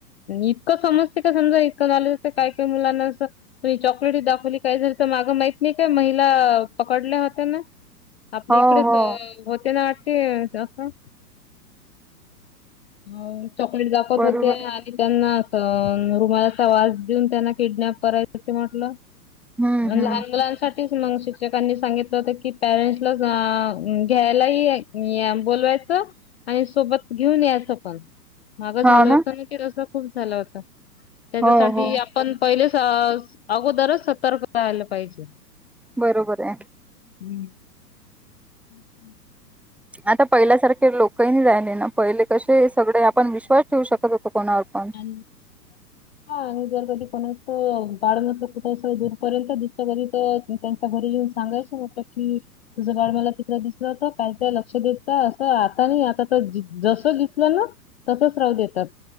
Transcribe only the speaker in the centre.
हो
हो
बरोबर
हम्म
हम्म
हा
ना
हो हो
बरोबर आहे.
आता पहिल्यासारखे लोकही नाही राहिले ना. पहिले कसे सगळे आपण विश्वास ठेवू शकत होतो कोणासनी पर